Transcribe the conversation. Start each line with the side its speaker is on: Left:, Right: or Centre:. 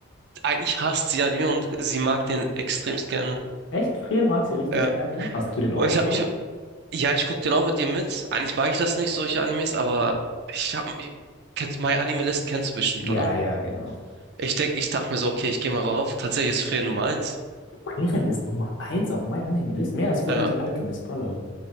Right: eigentlich hasst sie Anime und sie mag den extremst gerne.
Left: Echt? Frieren mag sie richtig
Right: Ja.
Left: gerne. Hast du den
Right: Und
Left: auch
Right: ich
Left: geschaut?
Right: habe mich Ja, ich guck den auch mit dir mit. Eigentlich mag ich das nicht, solche Animes, aber ich hab mich. Kennst, My Anime List kennst du bestimmt,
Left: Ja,
Right: oder?
Left: ja, genau.
Right: Ich denk, ich dachte mir so, okay, ich gehe mal rauf. Tatsächlich ist Frieren Nummer eins.
Left: Frieren ist Nummer eins auf My Anime List, mehr als Full
Right: Ja,
Left: Metal Alchemist Brotherhood.